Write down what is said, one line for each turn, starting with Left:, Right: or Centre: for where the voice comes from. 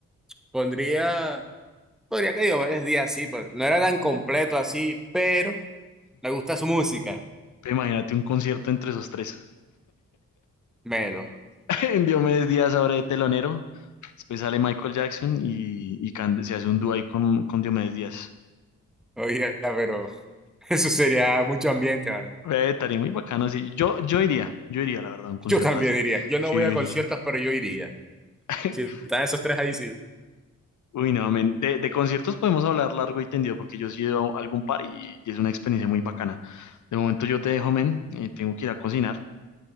Centre: pondría, podría que digo varios días así, pero no era tan completo así, pero Me gusta su música.
Left: Imagínate un concierto entre esos tres.
Centre: Menos.
Left: <laughs> En Diomedes Díaz abre de telonero, después sale Michael Jackson y, y can- se hace un dúo ahí con, con Diomedes Díaz.
Centre: Oiga, pero <laughs> eso sería mucho ambiente, mano.
Left: ve, estaría muy bacano así. Yo, yo iría, yo iría, la verdad, a un concierto
Centre: Yo también
Left: así.
Centre: diría. Yo
Left: Sí,
Centre: no voy a conciertos,
Left: sí, sí.
Centre: pero yo iría.
Left: <laughs>
Centre: Si están esos tres ahí, sí.
Left: Uy, no, men. De, de conciertos podemos hablar largo y tendido porque yo sí he ido a algún par y, y es una experiencia muy bacana. De momento yo te dejo, men, y tengo que ir a cocinar,